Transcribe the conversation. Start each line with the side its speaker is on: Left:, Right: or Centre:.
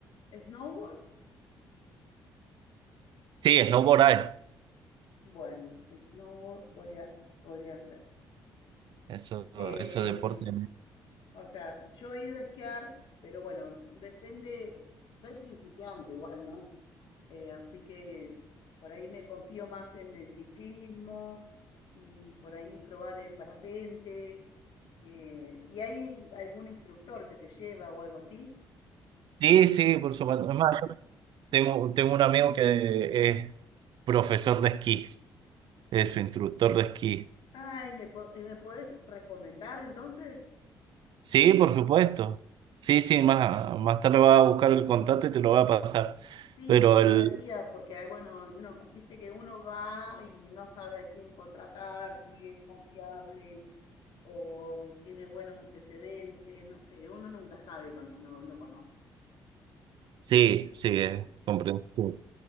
Left: snowboard,
Right: Sí, snowboard hay.
Left: bueno, snowboard podría, podría ser.
Right: Eso,
Left: Eh,
Right: eso deporte.
Left: o sea, yo he ido a esquiar, pero bueno, depende, soy principiante igual, ¿no? Eh, así que por ahí me confío más en el ciclismo y por ahí probar el parapente Eh, ¿y hay algún instructor que te lleva o algo así?
Right: Sí, sí, por supuesto. Es más, yo tengo, tengo un amigo que es profesor de esquí, es su instructor de esquí.
Left: Ay, ¿me, po- y me podés recomendar entonces?
Right: Sí, por supuesto. Sí, sí, más, más tarde va a buscar el contacto y te lo va a pasar.
Left: Sí,
Right: Pero
Left: me encantaría,
Right: el...
Left: porque ah, bueno, no, viste que uno va y no sabe a quién contratar, si es confiable o tiene buenos antecedentes, no sé, uno nunca sabe cuando no, no conoce.
Right: Sí, sí, es comprensible.